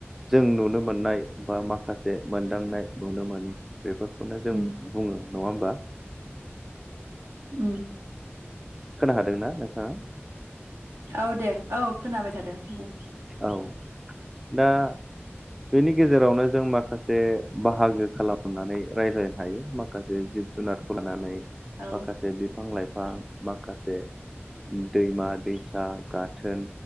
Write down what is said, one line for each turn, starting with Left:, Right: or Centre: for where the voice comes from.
Centre: जों नुनो मोननाय बा माखासे मोनदांनाय नुनो मोनी बेफोर खौनो जों
Right: उम
Centre: बुङो नङा होमबा।
Right: उम।
Centre: खोना हादोंना नोंथाङा?
Right: औ दे औ खोनाबाय थादों बुं।
Centre: औ दा बेनि गेजेरावनो जों माखासे बाहागो खालामनानै रायज्लायनो हायो। माखासे जिब जुनादखौ लानानै,
Right: औ
Centre: माखासे बिफां लाइफां, माखासे दैमा दैसा गाथोन